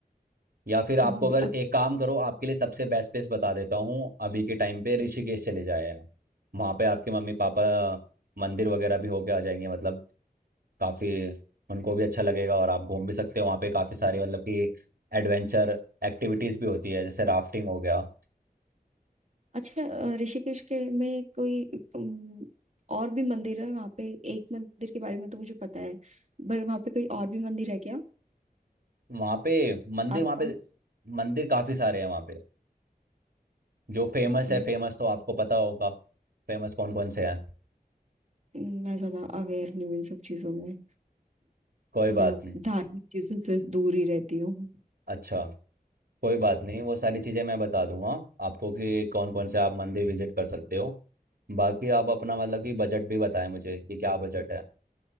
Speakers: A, on the right; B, on the right.
A: या फिर आपको
B: हम्म,
A: अगर
B: अ-
A: एक काम करो आपके लिए सबसे बेस्ट प्लेस बता देता हूँ अभी के टाइम पे ऋषिकेश चले जाए आप वहाँ पे आपके मम्मी पापा मंदिर वगैरह भी होके आ जाएंगे मतलब काफ़ी उनको भी अच्छा लगेगा और आप घूम भी सकते हो वहाँ पे काफ़ी सारी मतलब कि एडवेंचर एक्टिविटीज़ भी होती है जैसे राफ्टिंग हो गया
B: अच्छा अ, ऋषिकेश के में कोई हम्म, और भी मंदिर है वहाँ पे एक मंदिर के बारे में तो मुझे पता है पर वहाँ पे कोई और भी मंदिर है क्या
A: वहाँ पे मंदिर
B: आसपास
A: वहाँ पे मंदिर काफ़ी सारे हैं वहाँ पे जो फेमस
B: ओके
A: है फेमस तो आपको पता होगा फेमस कौन कौन से हैं
B: मैं ज्यादा अवेयर नहीं हूँ इन सब चीजों में
A: कोई
B: थोड़ा
A: बात नहीं
B: धार्मिक चीजों से दूर ही रहती हूँ
A: अच्छा कोई बात नहीं वो सारी चीज़ें मैं बता दूंगा आपको कि कौन कौन से आप मंदिर विजिट कर सकते हो बाकी आप अपना मतलब कि बजट भी बताएं मुझे कि क्या बजट है